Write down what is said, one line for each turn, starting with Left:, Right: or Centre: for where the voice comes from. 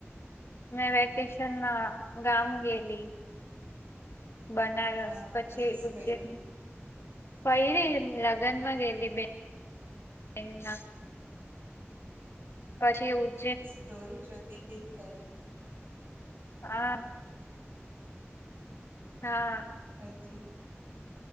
Left: મેં વેકેશન માં ગામ ગયેલી. બનારસ
Right: હા
Left: પછી
Right: શું
Left: ઉજ્જૈન
Right: કર્યું
Left: ફૈરી લગ્ન માં ગેએલી બેન એને નાક પછી એવું
Right: સ્ટોરી જતી રી તારી.
Left: આહ. હા.
Right: હાજી.